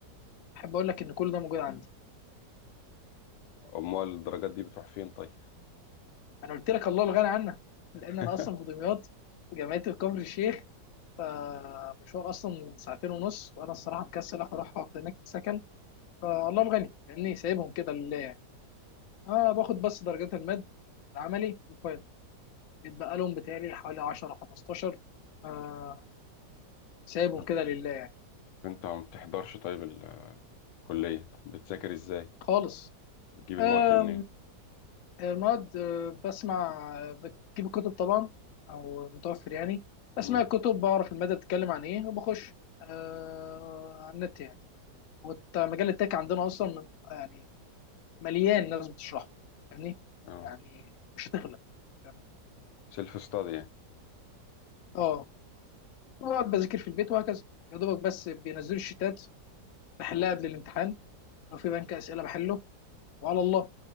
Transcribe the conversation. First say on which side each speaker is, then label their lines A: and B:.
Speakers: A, on the left; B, on the left.
A: احب اقول لك ان كل ده موجود عندي
B: امال الدرجات دي بتروح فين طيب
A: انا قلت لك الله الغني عنها لان
B: <laughs>
A: انا اصلا في دمياط في جامعه كفر الشيخ فمشوار اصلا ساعتين ونص وانا الصراحه مكسل اروح اقعد هناك سكن فالله الغني لاني سايبهم كده لله يعني اه باخد بس درجات المد والعملي والفاينل بيتبقى لهم بتهيألي حوالي 10 15 آه سايبهم
B: طب
A: كده لله يعني
B: انت ما بتحضرش طيب الكلية طب بتذاكر ازاي
A: خالص
B: بتجيب المواد
A: آه
B: دي منين
A: المواد آه، بسمع آه، بجيب الكتب طبعا او متوفر يعني بسمع
B: امم
A: الكتب بعرف المادة بتتكلم عن ايه وبخش آه على النت يعني ومجال التك عندنا اصلا من يعني مليان ناس بتشرحه يعني
B: اه
A: يعني مش هتغلب فاهمني؟
B: سيلف ستادي يعني
A: اه بقعد بذاكر في البيت وهكذا يا دوبك بس بينزلوا الشتات بحلها
B: مم.
A: قبل الامتحان لو في بنك اسئله بحله وعلى الله